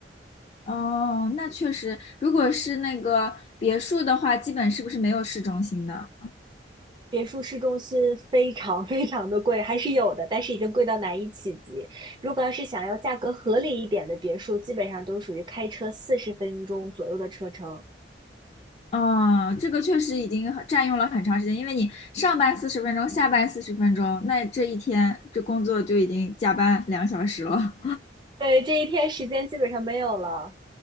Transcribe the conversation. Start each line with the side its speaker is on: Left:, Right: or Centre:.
Left: 哦，那确实，如果是那个别墅的话，基本是不是没有市中心的？
Right: 别墅市中心非常 <laughs> 非常的贵，还是有的，但是已经贵到难以企及。如果要是想要价格合理一点的别墅，基本上都属于开车四十分钟左右的车程。
Left: 哦，这个确实已经很占用了很长时间，因为你上班四十分钟，下班四十分钟，那这一天这工作就已经加班两小时了。
Right: 对，这一天时间基本上没有了。